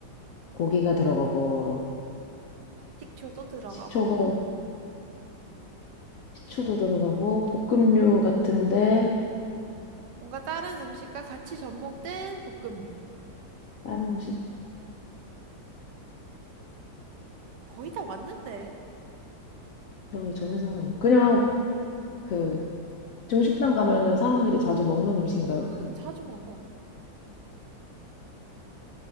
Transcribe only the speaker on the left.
고기가 들어가고,
식초가, 식초도 들어가고, 볶음류 같은데,
다른 음식,
너 전혀 상관이. 그냥, 그, 중식당 가면은 사람들이 자주 먹는 음식인가요?